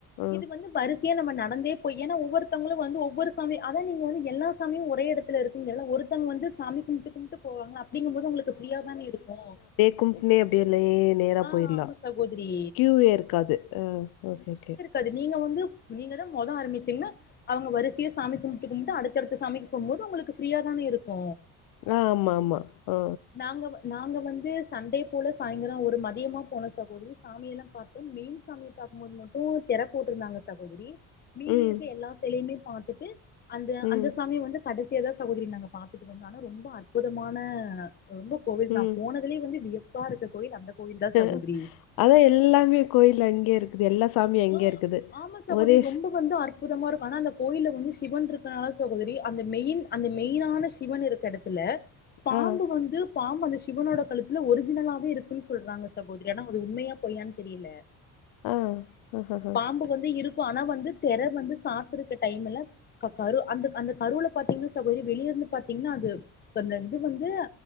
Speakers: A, on the left; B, on the left.
A: ஆ
B: இது வந்து வரிச சயா நம்ம நடந்தே போய் ஏன்னா ஒவ்வொருத்தங்களு வந்து ஒவ்வொரு சாமி அதா நீங்க வந்து எல்லா சாமியு ஒரே எடத்துல இருக் ங்கல்ல ஒருத்தங்க வந்து சாமி கும்புட்டு கும்புட்டு போவாங்க அப்டிங்கும்போது உங்களுக்கு ஃப்ரீயா தானே இருக்கு
A: கும்புட்னே அப்டியே லே நேரா
B: ஆ
A: போய்ர்லா
B: ஆமா சகோதரி
A: கியூவே இருக்காது அ ஓகே ஓகே
B: அது நீங்க வந்து நீங்கதா மொதோ ஆரம்பிச்சீங்ன்னா அவுங்க வரிசைய சாமி கும்புட்டு கும்புட்டு அடுத்தடுத்து சாமிக்கு போகும் போது உங்களுக்கு ஃப்ரீயா தானே இருக்கு
A: ஆமா ஆமா ஆ
B: நாங்க வ நாங்க வந்து சண்டே போல சாய்ங்கலோ ஒரு ஒரு மதியமா போன சகோதரி சாமியெல்லா பாத்தோ மெயின் சாமிய பாக்கும்போது மட்டு தெர போட்ருந்தாங்க சகோதரி மீதி
A: ம்
B: இருக்க எல்லா செலயுமே பாத்துட்டு அந்த
A: ம்
B: அந்த சாமிய வந்து கடைசியதா சகோதரி நாங்க பாத்துட்டு வந்தோ ஆனா ரொம்ப அற்புதமான ரொம்ப கோவில்
A: ம்
B: நா போனது துலய வந்து வியப்பா இருக்க கோயில் அந்த கோயில் தா
A: ம்
B: சகோதரி
A: அதா எல்லாமே கோயில் அங்கே இருக் க்குது எல்லா சாமியு அங்கயே
B: ஆ
A: இருக்குது
B: ஆமா சகோதரி
A: ஒரே
B: ரொம்ப வந்து அற்புதமா இருக்கு ஆனா அந்த கோயில்ல வந்து சிவன் இருக்கனால சகோதரி அந்த மெயின் அந்த மெயினான சிவன் இருக்க எடத் துல பாம்பு
A: ஆ
B: வந்து பாம்பு அந்த சிவனோட கழுத்துல ஒரிஜினலாவே இருக்குன்னு சொல்றாங்க சகோதரி ஆனா அது உண்மையா பொய்யான்னு தெரியல
A: ஆ ஆஹாஹா.
B: பாம்பு வந்து இருக்கு ஆனா வந்து தெற வந்து சாத்தருக்கு டைம் இல்ல க கரு அந்த அந்த கருவுல பாத்தீங்கன்னா சகோதரி வெளிய இருந்து பாத்தீங்ன்னா அது அந்த இது வந்து